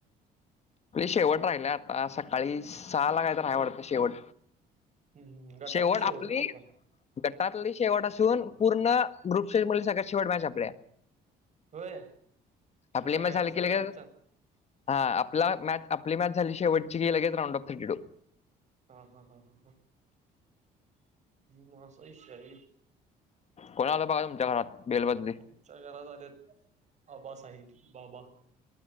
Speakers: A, on the left; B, on the right.
A: शेवट राहिल्य आप सकाळी सहा ला काय तर आहे वाटत शेवट
B: हम्म हम्म. गटातली
A: शेवट आपली
B: ना आता
A: गटातली शेवट असून पूर्ण ग्रुपशे सगळत शेवट मॅच आपल्या
B: होय
A: आपले
B: सगळ्या
A: मॅच झाली
B: सगळ्याचा
A: की लगेच हा आपला मॅ आपली मॅथ झाली शेवट ची लगेच रांडऑफ थटीडू
B: हा हा हा हा हा हा असा विषय हाय व्हय ओ
A: कोण आल बघा तुमच्या घरात बेल वाजली
B: तुमच्या घरात आले आबा साहिब बाबा